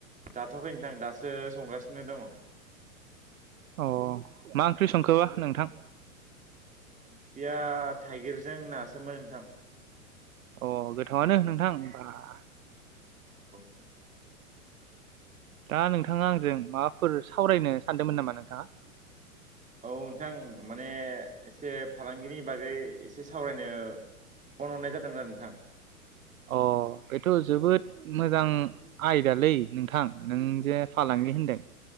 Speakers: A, on the right (about 15°); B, on the right (about 70°).
A: जाथ'वाखै नोंथां दासो संगासिनो दङ'।
B: अ मा ओंख्रि संखोबा नोंथां?
A: ओंख्रिया थाइगिरजों ना सोमोन नोंथां।
B: अ गोथावनो नोंथां बाह।
A: औ नोंथां।
B: दा नोंथाङा आंजों माबाफोर सावरायनो सानदोंमोन नामा नोंथाङा?
A: औ नोंथां माने एसे फालांगिनि बागै एसे सावरायनो फन हरनाय जादोंमोन आरो नोंथां।
B: अ' बेथ' जोबोद मोजां आयदालै नोंथां नों जे फालांगि
A: औ
B: होनदों